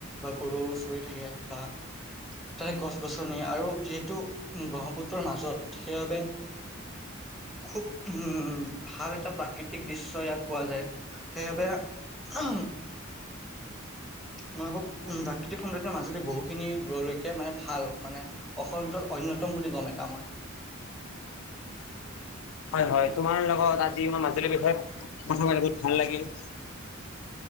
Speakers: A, in the centre; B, on the left.
A: বা গৰু চৰি থাকে বা তাৰ গছ গছ নি আৰু যিহেতু ব্ৰহ্মপুত্ৰৰ মাজত সেইবাবে খুব উম ভাল এটা প্ৰাকৃতিক দৃশ্য ইয়াত পোৱা যায়। সেইাবে উ মই ভাবো প্ৰাকৃতিক সৌন্দৰ্যৰ মাজুলী বহুখিনি দূৰলৈকে মানে ভাল। মানে অসমৰ ভিতৰত অন্যতম বুলি ক'ম এটা মই।
B: হয়, হয়। তোমাৰ লগত আজি মই মাজুলীৰ বিষয়ে কথা পাতি বহুত ভাল লাগিল।